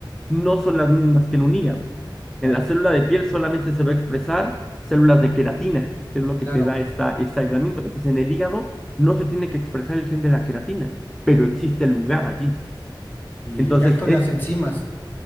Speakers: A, in the centre; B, on the left.
A: no son las mismas que en un hígado.
B: Claro,
A: En la célula de piel solamente se va a expresar células de queratina, que es lo que
B: claro.
A: te da esta, este aislamiento. Entonces, en el hígado no se tiene que expresar el gen de la queratina,
B: Ujú.
A: pero existe el lugar allí.
B: ¿Y
A: Entonces,
B: qué hay con
A: es
B: las enzimas?